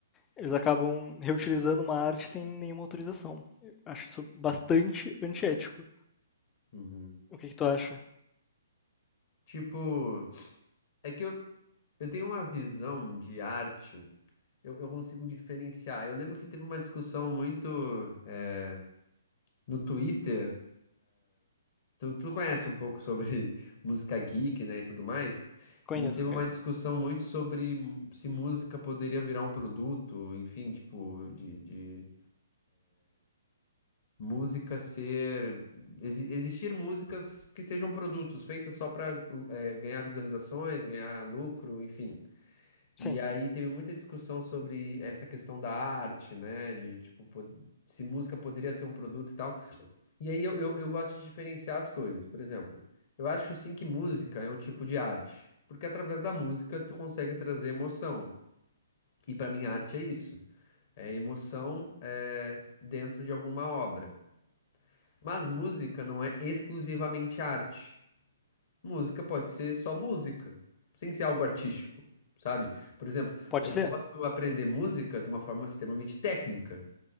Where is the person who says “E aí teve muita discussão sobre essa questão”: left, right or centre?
Left